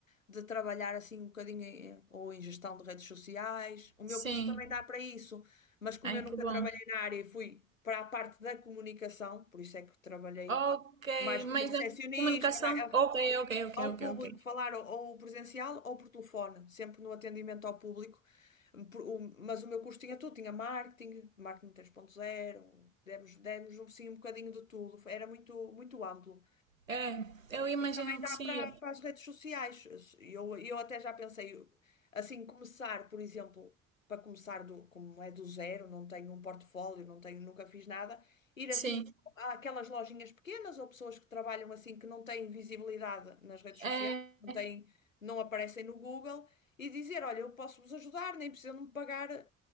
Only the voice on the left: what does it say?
de trabalhar assim um bocadinho em, ou em gestão de redes sociais. O meu
curso também dá para isso, mas como
eu nunca
trabalhei na área e fui para a parte da comunicação, por isso é que trabalhei
mais como
recepcionista,
mais-
ao
público
falar ou, ou presencial ou por telefone, sempre no atendimento ao público. Por- o- Mas o meu curso tinha tudo, tinha marketing, marketing três ponto zero demos, demos um, sim, um bocadinho de tudo, era muito, muito amplo.
E também dá
para para as redes sociais. Eu, eu até já pensei, assim, começar, por exemplo, para começar do, como é do zero, não tenho um portfólio, não tenho, nunca fiz nada, ir
assim àquelas lojinhas pequenas ou pessoas que trabalham assim que não têm visibilidade nas redes sociais,
não têm, não aparecem no Google, e dizer, olha, eu posso vos ajudar, nem precisam de me pagar,